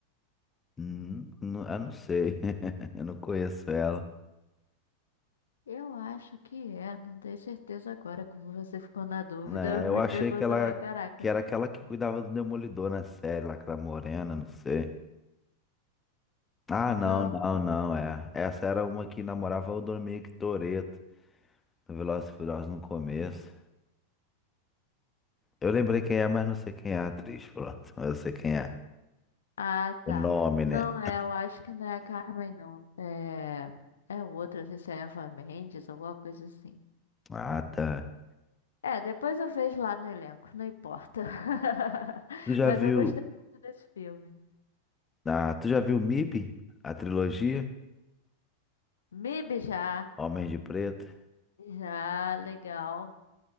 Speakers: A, on the left; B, on the left.
A: Hum, não, eu não sei. <laughs> Eu não conheço ela.
B: Eu acho que é, não tenho certeza agora. Como você ficou na dúvida,
A: É,
B: me
A: eu achei
B: pegou
A: que ela
B: também. Caraca.
A: que era aquela que cuidava do Demolidor na série, lá, aquela morena, não sei. Ah,
B: Não.
A: não, não, não, é. Essa era uma que namorava o Dominic Toretto, do Velozes e Furiosos no começo. Eu lembrei quem é, mas não sei quem é a atriz, pronto. <laughs> Eu sei quem é.
B: Ah,
A: O
B: tá.
A: nome,
B: Não
A: né?
B: é, eu acho que não é a Carmen, não. É. É outra, não sei se é Eva Mendes, alguma coisa assim.
A: Ah, tá.
B: É, depois eu vejo lá no elenco, não importa. <laughs>
A: Tu já
B: Mas
A: viu...
B: eu gostei muito desse filme.
A: Ah, tu já viu MIB? A trilogia?
B: MIB já,
A: Homens de Preto?
B: já, legal.